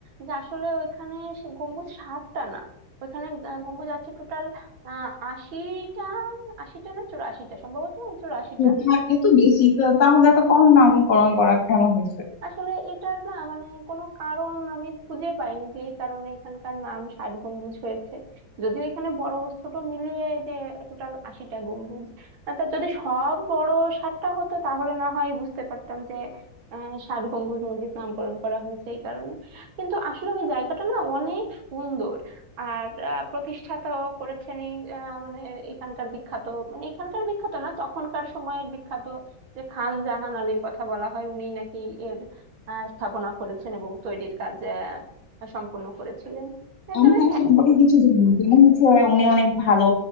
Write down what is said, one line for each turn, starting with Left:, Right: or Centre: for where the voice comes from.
Right: যে আসলে ওইখানে সে গম্বুজ সাতটা না ওইখানে আহ, গম্বুজ আছে টোটাল আশিটা আশিটা না চুরাশিটা সম্ভবত চুরাশিটা
Left: থা- এত বেশি তো তাহলে এত কম নামকরণ করা কেন হয়েছে
Right: আসলে এটার না মানে কোনো কারণ আমি খুঁজে পাইনি যে এই কারণে এখানকার নাম ষাট গম্বুজ হয়েছে যদিও এখানে বড় ছোট মিলিয়ে যে টোটাল আশিটা গম্বুজ আর তা যদি সব বড় ষাটটা হতো তাহলে না হয় বুঝতে পারতাম যে আহ, ষাট গম্বুজ মসজিদ নামকরণ করা হয়েছে এই কারণে কিন্তু আসলে ওই জায়গাটা না অনেক সুন্দর আর আহ, প্রতিষ্ঠাতাও করেছেন এই আহ, মানে এখানকার বিখ্যাত মানে এখানকার বিখ্যাত না তখনকার সময়ের বিখ্যাত যে খান জাহান আলীর কথা বলা হয় উনি নাকি আহ, স্থাপনা করেছেন এবং তৈরির কাজ আহ, সম্পূর্ণ করেছিলেন এ
Left: আমি
Right: তবে
Left: তার সম্পর্কে কিছু জানি না। যেমন হচ্ছে উনি অনেক ভালো